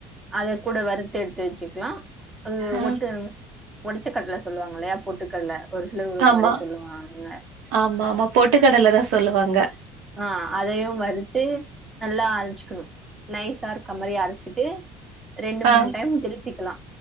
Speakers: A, on the right; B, on the right.
A: அத கூட வறுத்த எடுத்து வச்சுக்கலா அது
B: ஆ
A: ஒட்டு ஒடச்ச கடல சொல்லுவாங்க இல்லையா பொட்டுக்கடல ஒரு சிலர் ஒரு ஒரு
B: ஆமா
A: மாதிரி சொல்லுவாங்க
B: ஆமா ஆமா பொட்டுக்கடல தா சொல்லுவாங்க
A: ஆ அதயு வறுத்து நல்லா அரஞ்சிக்கணும் நைசா இருக்கமாரி அரச்சிட்டு ரெண்டு
B: ஆ
A: மூணு டைம் திரிச்சிக்கலா